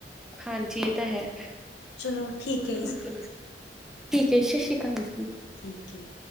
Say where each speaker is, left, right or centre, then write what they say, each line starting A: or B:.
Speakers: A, in the centre; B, on the left (about 70°).
A: ਹਾਂਜੀ, ਏ ਤਾਂ ਹੈ।
B: ਚਲੋ ਠੀਕ ਐ।
A: ਠੀਕ ਹੈ ਜੀ, ਸ਼ਸ਼ੀ ਕਾਲ।
B: ਠੀਕ ਹੈ ਜੀ